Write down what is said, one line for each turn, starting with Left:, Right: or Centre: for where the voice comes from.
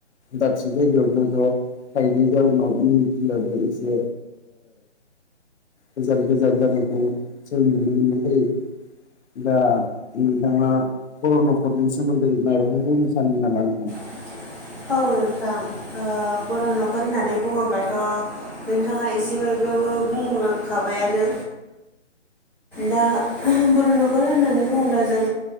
Left: दाबसे जायगायाव ज' ज' थायैनि जाउनाव इउनिटिया एसे गोजान गोजान जानायखौ जों नुनो मोननाय जायो। दा नोंथाङा बर न'खरनि सोमोन्दै माबाफोर बुंनो सानदों नामा नोंथां
Centre: <inaudible> औ नोंथां बर' न'खर होननानै बुङोब्लाथ' नोंथाङा एसेबाबो बो बुंलांखाबायानो दा बर' न'खर होननानै बुङोब्ला जों